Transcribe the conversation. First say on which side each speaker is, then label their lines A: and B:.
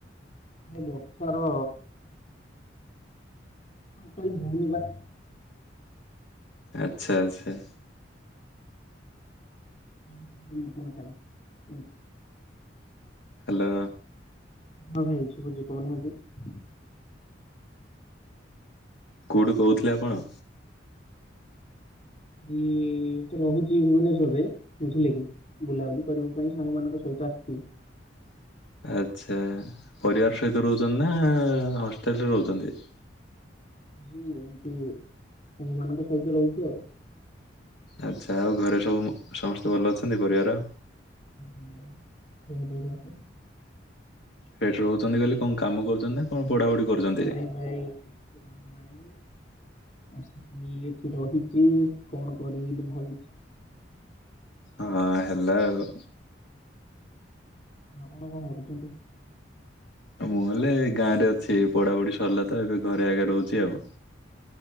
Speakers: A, on the left (about 40°); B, on the left (about 65°).
A: ବର୍ଷାର <unintelligible>
B: ଆଚ୍ଛା ଆଚ୍ଛା।
A: <unintelligible>
B: ହ୍ୟାଲୋ।
A: ହଁ ଭାଇ ଶୁଭୁଛି କହୁନାହାନ୍ତି।
B: କୋଉଠୁ କହୁଥିଲେ ଆପଣ?
A: ଇ ଏଇଠି ରହୁଛି ଭୁବନେଶ୍ୱରରେ ବୁଝିଲେ କି ବୁଲାବୁଲି କରିବା ପାଇଁ ସାଙ୍ଗ ମାନଙ୍କ ସହିତ ଆସିଛି।
B: <inaudible> ଆଚ୍ଛା ପରିବାର ସହିତ ରହୁଛନ୍ତି ନା ହଷ୍ଟେଲ୍ରେ ରହୁଛନ୍ତି। <inaudible>
A: ଏମିତି ସାଙ୍ଗମାନଙ୍କ ସହିତ ରହୁଛି ଆଉ।
B: ଆଚ୍ଛା ଆଉ ଘରେ ସବୁ ସମସ୍ତେ ଭଲ ଅଛନ୍ତି ପରିବାର।
A: ଆଜ୍ଞା ଭାଇ ବହୁତ ବଢିଆ ଅଛନ୍ତି।
B: ସେଠି ରହୁଛନ୍ତି କହିଲେ କଣ କାମ କରୁଛନ୍ତି ନା କଣ? ପଢାପଢି କରୁଛନ୍ତି?
A: ଭାଇ ଭାଇ କିଛି କାମ ନାହିଁ। ଆସିଥିଲି ଏଠି ରହିଛିି କଣ କରିବି ବୋଲି ଭାବୁଛି।
B: ହଁ ହ୍ୟାଲୋ।
A: ଆପଣ କଣ କରୁଛନ୍ତି।
B: ମୁଁ ଗଲେ ଏ ଗାଁ ରେ ଅଛି ପଢାପଢି ସରିଲା ତ ଏବେ ଘରେ ଏଗା ରହୁଛି ଆଉ।